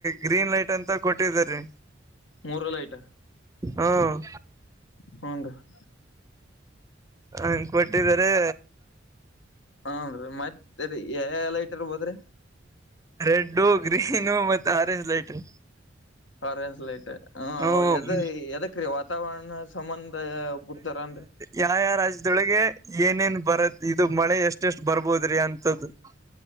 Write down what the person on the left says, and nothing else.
ಮೂರು ಲೈಟಾ-
ಹ್ನ್ ರೀ <inaudible>
ಹ್ಮ್, ನ್ರಿಮತ್ತೆ ಯಾವ್ಯಾವ ಲೈಟ್ರ್ಬೋ <unintelligible> ದ್ರಿ
ಆರೇಂಜ್ ಲೈಟ್ ಹ,
ಎದ ಎದಕ್ ರೀ ವಾತಾವರಣ ಸಂಬಂಧ ಬಿಡ್ತಾರನ್ರಿ